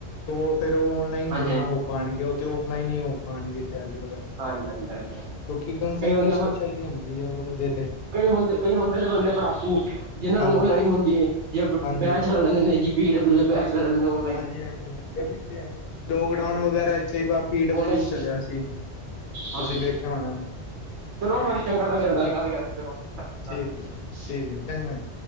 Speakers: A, on the left; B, on the right.
A: ਤੇ ਉਹ ਫੇਰ ਉਹ ਔਨਲਾਈਨ
B: ਹਾਂਜੀ
A: ਥੋੜ੍ਹਾ ਨਾ ਹੋ ਪਾਣਗੇ ਉਹ ਤੇ ਔਫਲਾਈਨ ਹੀ ਹੋ ਪਾਣਗੇ ਤਿਆਰੀ ਵਗੈਰਾ।
B: ਹਾਂਜੀ ਹਾਂਜੀ ਹਾਂਜੀ ਹਾਂਜੀ।
A: ਕਿਉਂਕਿ ਕੰਸਰਟੇਸ਼ਨ
B: ਕਈ ਬੰਦੇ
A: ਚਾਹੀਦੀ ਹੁੰਦੀ ਹੈ ਉਹਦੇ ਤੇ।
B: ਕਈ ਹੁੰਦੇ ਕਈ ਹੁੰਦੇ ਨੇ ਬੰਦੇ ਪੜਾਕੂ ਜਿਹਨੂੰ
A: ਹਾਂਜੀ
B: ਨੋਲਜ ਲੈਣੀ ਹੁੰਦੀ ਹੈ ਜੇ ਬੈਚ
A: ਹਾਂਜੀ
B: ਚਲਾ ਲੈਂਦੇ ਨੇ। ਪੀ ਡਬਲਿਊ ਦੇ ਬੈਚ ਲੈ ਲੈਦੇ ਨੇ ਓ।
A: ਹਾਂਜੀ ਹਾਂਜੀ ਹਾਂਜੀ ਪਿੱਛੇ ਲੋਕਡਾਊਨ ਵਗੈਰਾ ਇਥੇ ਹੀ ਪੀਡਬਲਿਊ
B: ਔਨਲਾਈਨ
A: ਚਲਿਆ ਸੀ।
B: ਹਾਂਜੀ
A: ਤੁਸੀਂ ਵੇਖਿਆ ਹੋਣਾ।
B: ਚਲੋ ਮੈਨੂੰ ਚੰਗਾ ਲੱਗਿਆ ਤੁਹਾਡੇ ਨਾਲ ਗੱਲ ਕਰ ਚਲੋ ਸਤਿ ਸ਼੍ਰੀ ਅਕਾਲ
A: ਠੀਕ
B: ਜੀ।
A: ਹੈ ਠੀਕ ਹੈ ਚੰਗਾ ਜੀ।